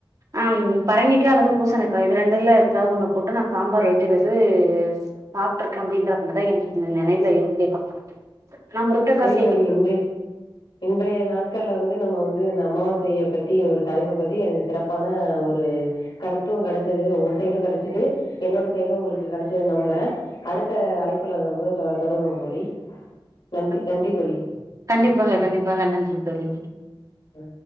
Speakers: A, on the right; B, on the left.
A: ஆம் பரங்கிக்கா அல்லது பூசணக்கா இது ரெண்டுல எதா ஒன்னு போட்டு நா சாம்பார் வெக்கிறது சாப்ட்டுருக்கே அப்டின்றமாதிதா எனக்கு நெனைவில இருக்கு நா முருங்கக்கா
B: செய்தோழி
A: சேக்க
B: இன்றே இன்றைய நாள் நாட்கள்ல வந்து நம்ம வந்து இந்த அமாவாசைய பத்தி ஒரு தலைப்பு பத்தி எனக்கு சிறப்பான ஒரு கருத்தும் கெடைச்சிது உங்க சைடும் கெடைச்சிது என்னோட சைடும் உங்களுக்கு கெடைச்சிதுனு நம்புறே அடுத்த அழைப்புல நம்ப தொடருவோ தோழி நன்றி
A: ம்
B: நன்றி தோழி
A: கண்டிப்பாக கண்டிப்பாக நன்றி தோழி,
B: வ